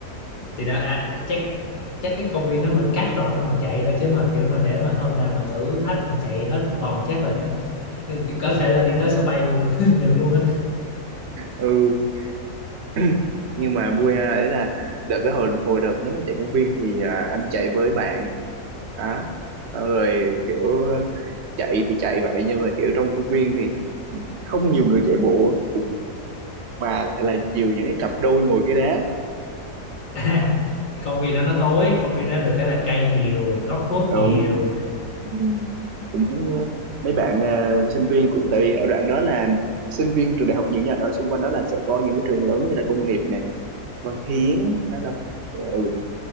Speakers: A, on the left; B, on the right.
A: thì đó à, chắc chắc cái công viên đó mình cắt đoạn đó mình chạy thôi chứ mà kiểu mà để mà hôm nào mà thử thách mà chạy hết một vòng chắc là <laughs> có thể là đi tới sân bay luôn <laughs> được luôn á
B: ừ <clears throat> nhưng mà vui ha, ấy là đợt cái hồi hồi đợt mới chạy công viên thì à, anh chạy với bạn á xong rồi kiểu chạy thì chạy vậy nhưng mà kiểu trong công viên thì không nhiều người chạy bộ mà lại là nhiều những cái cặp đôi ngồi cái đá
A: à, cái công viên đó nó tối công viên đó được cái là cây nhiều góc khuất
B: đúng
A: nhiều
B: Ừ. cũng ờ, mấy bạn ờ, sinh viên cũng tại vì ở đoạn đó là sinh viên trường đại học nhiều nha ở xung quanh đó là sẽ có những cái trường lớn như là công nghiệp nè Văn Hiến à, đâu ờ, ừ,